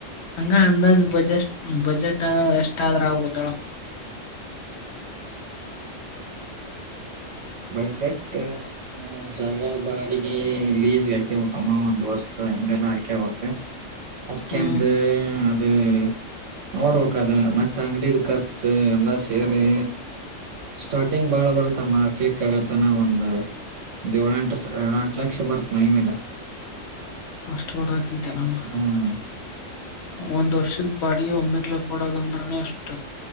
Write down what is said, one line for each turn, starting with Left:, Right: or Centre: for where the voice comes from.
Left: ಹಂಗ ಅಂದಾಜ ಬಜೆಟ್ ಬಜೆಟ್ ಎಷ್ಟಾದ್ರ ಆಗಬಹುದೇಳ
Right: ಬಜೆಟ್ಟ ಜಾಗ ಬಾಡಿಗೆ ಲೀಸ್ಗೆ ಹಟ್ಟಿಬಟ್ಟಮ್ಮ ಒಂದ್ ವರ್ಷ ಹಿಂಗೆಲ್ಲಾ ಹಾಕ್ಯವಕ್
Left: <inaudible>
Right: ಹಾಕೆಂದು
Left: ಹ್ಮ್
Right: ಅದು ನೋಡ್ಬೇಕದ ಮತ್ತೆ ಅಂಗಡಿದ ಖರ್ಚ ಎಲ್ಲ ಸೇರಿ ಸ್ಟಾರ್ಟಿಂಗ್ ಬಾಳ ಬರ್ತ ಮಾ ಕಲಿಕ್ಕ ಆಗತ್ತ ನ ಒಂದು್ ಏಳೆಂಟು ಏಳೆಂಟು ಲಕ್ಷ ಬರ್ತ್ ಮೈ ಮೇಲೆ
Left: ಅಷ್ಟು ಬರ ತಿಂತೆ ನಮ್ಮ
Right: ಹ್ಮ್
Left: ಒಂದ್ ವರ್ಷದ ಬಾಡಿಗೆ ಒಮ್ಮೆಗ್ಲೆಕ್ ಕೊಡೋದಂದ್ರೆ ಅಷ್ಟ